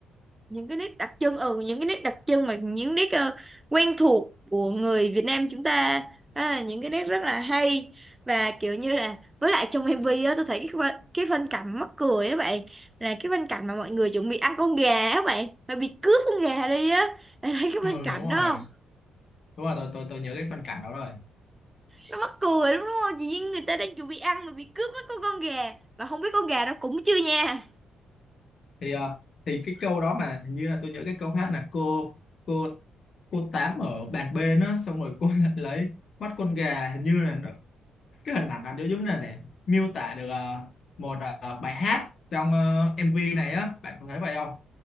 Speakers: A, on the right; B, on the left.
A: những cái nét đặc trưng ừ những cái nét đặc trưng mà những nét ờ, quen thuộc của người Việt Nam chúng ta Đó là những cái nét rất là hay và kiểu như là với lại trong MV á tôi thấy cái phân- cái phân cảnh mắc cười á bạn là cái phân cảnh mà mọi người chuẩn bị ăn con gà á bạn mà bị cướp con gà đi á <laughs> bạn thấy cái
B: ừ
A: phân cảnh
B: đúng rồi
A: đó không
B: đúng rồi tôi tôi tôi nhớ cái phân cảnh đó rồi
A: nó mắc cười lắm đúng không chỉ như người ta đang chuẩn bị ăn mà bị cướp mất con con gà và không biết con gà đó cũng chưa nha
B: thì ờ, thì cái câu đó mà hình như là tôi nhớ cái câu hát là cô cô cô tám ở bàn bên á xong rồi cô <laughs> lấy mắt con gà hình như là nó, cái hình ảnh nó giống như là để miêu tả được ờ, một ờ, bài hát trong ờ, MV này á bạn có thấy vậy không?